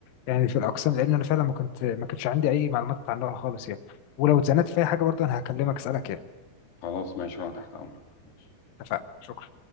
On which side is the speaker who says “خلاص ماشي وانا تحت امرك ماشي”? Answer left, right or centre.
Left